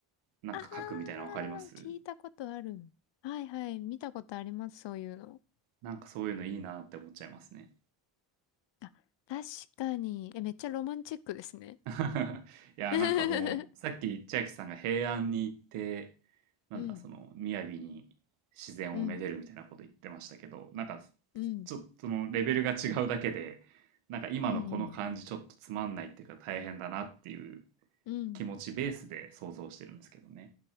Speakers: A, on the right (about 85°); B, on the left (about 60°).
A: なんか書くみたいなの分かります
B: ああ、聞いたことある。はいはい、見たことあります、そういうの。
A: なんかそういうのいいなって思っちゃいますね。
B: あ、確かに。え、めっちゃロマンチックですね。
A: <laughs> いや、
B: <laughs>
A: なんかもう、さっき千秋さんが平安に行って、なんだ、
B: うん、
A: その、雅に自然をめでるみたいなこと言ってましたけど、
B: うん、
A: なんか、
B: うん、
A: ちょっとそのレベルが違うだけで、なんか今のこの感じちょっとつまんないっていうか大変だなっていう
B: うん、うん、うん。
A: 気持ちベースで想像してるんですけどね。